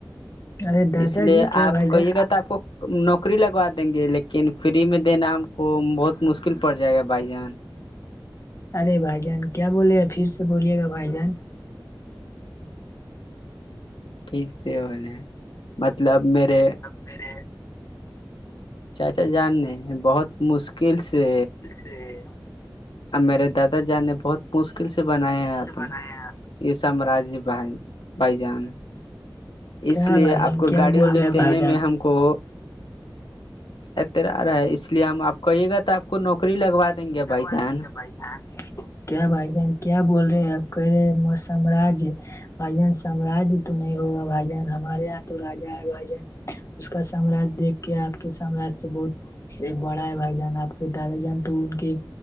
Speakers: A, on the left; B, on the left.
A: ارے دادا
B: اس لیے
A: جی کیا
B: آپ
A: بھائی جان
B: کہیے گا تو آپ کو نوکری لگوا دیں گے لیکن فری میں دینا ہم کو بہت مشکل پڑ جائے گا بھائی جان
A: ارے بھائی جان کیا بولے گا پھر سے بولیے گا بھائی جان
B: پھیک سے ہونے مطلب میرے
A: بیر
B: چاچا جان نے بہت مشکل سے
A: <unintelligible>
B: اب میرے دادا جان نے بہت مشکل سے بنایا ہیں اپنا
A: ارے
B: یہ سامراجیہ بہ بائیجان
A: کیا
B: اس لیے
A: بھائی جان
B: آپ کو
A: کیا
B: گاڑی
A: بول
B: ووڑی
A: رہے ہیں
B: دینے
A: بھائی جان
B: میں ہم کو اتر رہا ہے اس لیے ہم آپ کہیے گا تو آپ کو نوکری لگوا دیں گے بھائی
A: بھ
B: جان
A: کیا بھائی جان کیا بول رہے آپ کہہ رہے م سامراج بھائی جان سامراجیہ تو نہیں ہوگا بھائی جان ہمارے یہاں تو راجا ہے بھائی جن اس کا سامراج دیکھ کے آپ کے سامراج سے بہت ایک بڑا ہے بھائی جان آپ کے دادا جان تو ان کے